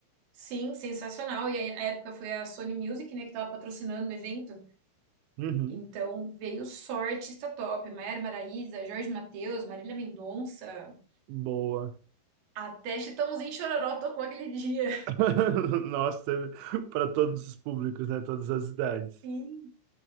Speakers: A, on the right (about 55°); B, on the right (about 80°).
A: Sim, sensacional. E aí, na época foi a Sony Music, né, que tava patrocinando o evento.
B: Uhum.
A: Então veio só artista top. Maiara Maraíza, Jorge Mateus, Marília Mendonça,
B: Boa.
A: até Chitãozinho e Chororó tocou aquele <laughs> dia.
B: <laughs> Nossa, para todos os públicos, né? Todas as idades.
A: Sim.